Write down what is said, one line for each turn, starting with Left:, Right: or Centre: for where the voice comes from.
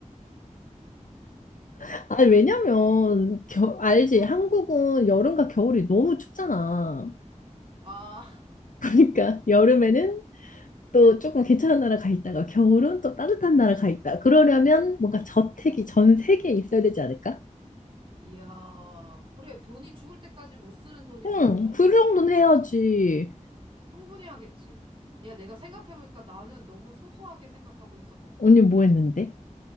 Left: <laughs> 아니, 왜냐면, 겨, 알지?
Right: 어.
Left: 한국은 여름과 겨울이 너무 춥잖아.
Right: 아,
Left: 그러니까 여름에는 또 조금 괜찮은 나라 가 있다가 겨울은 또 따뜻한 나라 가 있다. 그러려면 뭔가 저택이
Right: <laughs> 어.
Left: 전 세계에 있어야 되지 않을까?
Right: 이야, 그래. 돈이 죽을 때까지 못 쓰는 돈이면
Left: 응,
Right: 그 정도는
Left: 그 정도는
Right: 충분히 하겠지.
Left: 해야지.
Right: 충분히 하겠지. 야, 내가 생각해보니까 나는 너무 소소하게 생각하고 있었던 것
Left: 언니
Right: 같아.
Left: 뭐 했는데?